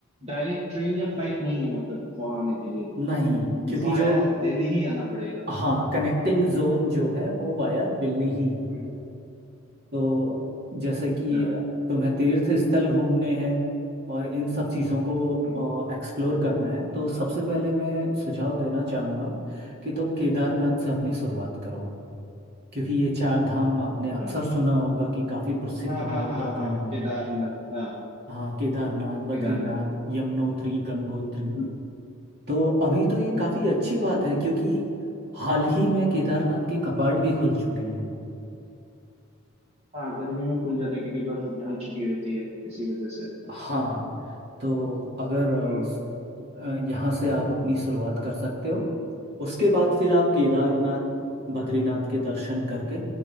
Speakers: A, on the right (about 30°); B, on the right (about 50°).
A: डायरेक्ट ट्रेन या फ्लाइट नहीं है मतलब वहां आने के लिए
B: नहीं क्योंकि
A: वाया
B: जो
A: दिल्ली ही आना पड़ेगा
B: हाँ कनेक्टिंग जोन जो है वो वाया दिल्ली ही
A: हम्म
B: तो जैसे कि
A: अच्छा
B: तुम्हें तीर्थ स्थल घूमने हैं और इन सब चीज़ों को
A: हम्म
B: एक्सप्लोर करना है तो सबसे पहले मैं सुझाव देना चाहूँगा कि तुम केदारनाथ से अपनी शुरुआत करो क्योंकि ये चार धाम आपने
A: अच्छा
B: अक्सर सुना होगा कि काफ़ी प्रसिद्ध
A: हाँ
B: हैं
A: हाँ
B: उत्तराखंड
A: हाँ हाँ केदारनाथ
B: में
A: हाँ
B: हाँ केदारनाथ बद्रीनाथ
A: केदारनाथ
B: यमुनोत्री गंगोत्री
A: हम्म
B: तो अभी तो ये
A: हम्म,
B: काफ़ी अच्छी बात है क्योंकि हाल ही में केदारनाथ के कपाट भी खुल चुके हैं
A: हाँ गर्मी में खुल जाता है क्योंकि बर्फ ढल चुकी होती है इसी वजह से
B: हाँ तो अगर अ,
A: हम्म
B: स- अ, यहाँ से आप अपनी शुरुआत कर सकते हो उसके बाद फिर आप केदारनाथ बद्रीनाथ के दर्शन करके